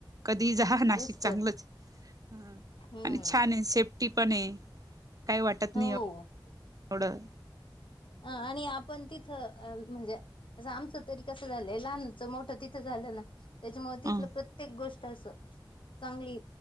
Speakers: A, on the right; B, on the left.
A: कधी जाहा नाशिक
B: तेच तर.
A: चांगलंच. हा
B: हम्म
A: आणि छान आहे, सेफ्टी पण आहे काही वाटत नाही.
B: हो.
A: अप थोडं.
B: अ आणि आपण तिथं म्हणजे. म्हणजे आमचं तरी कसं झालंय, लहानच मोठ तिथं झालं ना. त्याच्यामुळे तिथलं
A: ह
B: प्रत्येक गोष्ट असं चांगली